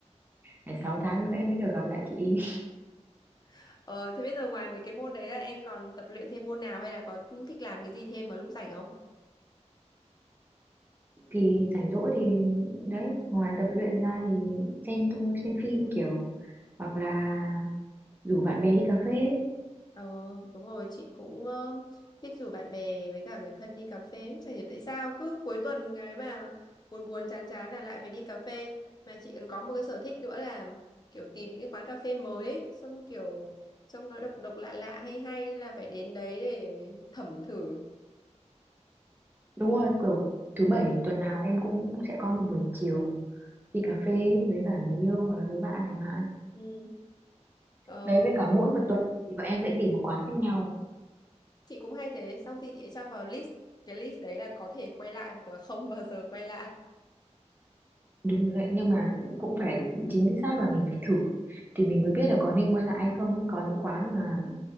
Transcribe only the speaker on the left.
<laughs> Ờ, thế bây giờ ngoài mấy cái môn đấy là em còn tập luyện thêm môn nào hay là có thích làm cái gì thêm vào lúc rảnh không?
Ờ, đúng rồi, chị cũng ờ, thích rủ bạn bè với cả người thân đi cà phê. Chả hiểu tại sao cứ cuối tuần cái mà buồn buồn chán chán là lại phải đi cà phê. Mà chị còn có một cái sở thích nữa là kiểu tìm những cái quán cà phê mới ấy, xong kiểu trông nó độc độc lạ lạ hay hay là phải đến đấy để thẩm thử.
Ừ. Ờ,
chị cũng hay thế, xong thì chị sẽ cho vào list. Cái list đấy là có thể quay lại hoặc là không bao giờ quay lại.